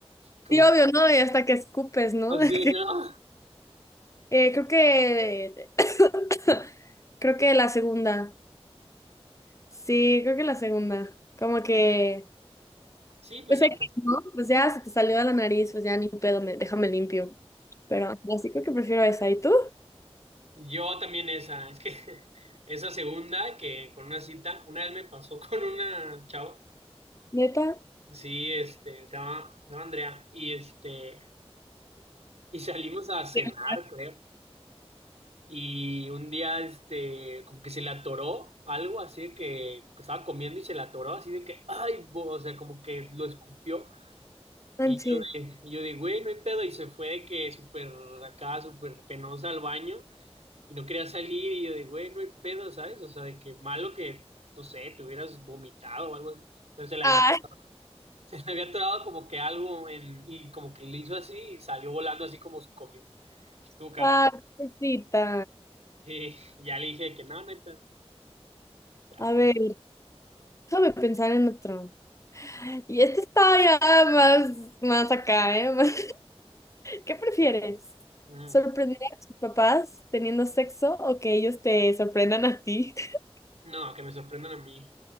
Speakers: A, on the right (about 90°); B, on the left (about 30°).
A: como,
B: Sí, obvio, ¿no? Y hasta que escupes, ¿no?
A: así
B: <laughs> De que,
A: de que, "Ah".
B: eh, creo que <laughs> Creo que la segunda. Sí, creo que la segunda. Como que,
A: sí, pues
B: pues
A: em,
B: aquí, ¿no? Pues ya se te salió de la nariz, pues ya ni pedo, me- déjame limpio. Pero no, sí creo que prefiero esa. ¿Y tú?
A: yo también esa, es que <laughs> esa segunda que con una cita, una vez me pasó <laughs> con una chava,
B: ¿Neta?
A: sí, este, se llama, se llama Andrea, y este, y salimos a cenar,
B: Sí.
A: creo. Y un día, este, como que se le atoró algo así de que, que estaba comiendo y se le atoró así de que, ay, bo", o sea, como que lo escupió
B: Manches.
A: Y yo de, y yo de, güey, no hay pedo. Y se fue de que súper acá, súper penosa al baño y no quería salir. Y yo de, güey, no hay pedo, ¿sabes? O sea, de que malo que, no sé, te hubieras vomitado o algo así. Pero se le
B: Ay,
A: había, <laughs> se le había atorado como que algo en, y como que le hizo así y salió volando así como su comida. Estuvo cagado.
B: ah, pobrecita.
A: Sí, ya le dije que no, no hay pedo. Ah,
B: A ver, déjame pensar en otro. Y este está ya más, más acá, ¿eh? <laughs> Más- ¿Qué prefieres?
A: Mm,
B: ¿Sorprender a tus papás teniendo sexo o que ellos te sorprendan a ti? <laughs>
A: No, que me sorprendan a mí.